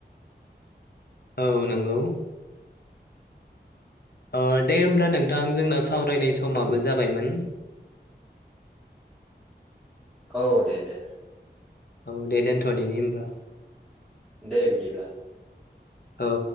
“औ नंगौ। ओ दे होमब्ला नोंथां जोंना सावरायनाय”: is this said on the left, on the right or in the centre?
Left